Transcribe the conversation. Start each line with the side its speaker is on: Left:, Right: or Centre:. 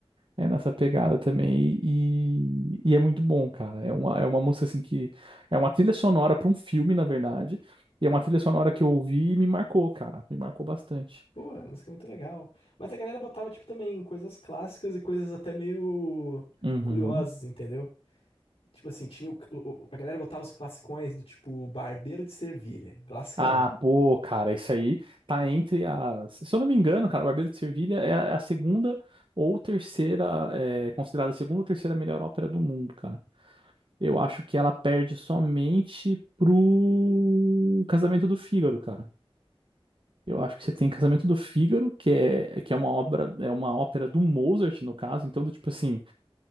Right: É nessa pegada também e, e é muito bom, cara. É uma, é uma música assim que. É uma trilha sonora para um filme, na verdade. E é uma trilha sonora que eu ouvi e me marcou, cara. Me marcou bastante.
Left: Pô, a música é muito legal. Mas a galera botava, tipo, também coisas clássicas e coisas até meio
Right: Uhum.
Left: curiosas, entendeu? Tipo assim, tinha o, o- a galera botava os classicões do tipo Barbeiro de Sevilha, classicão.
Right: Ah, pô, cara, isso aí tá entre as. Se eu não me engano, cara, o Barbeiro de Sevilha é a é a segunda ou terceira, é considerada a segunda ou terceira melhor ópera do mundo, cara. Eu acho que ela perde somente pro Casamento do Fígaro, cara. Eu acho que você tem Casamento do Fígaro, que é, que é uma obra, é uma ópera do Mozart, no caso, então, do tipo assim,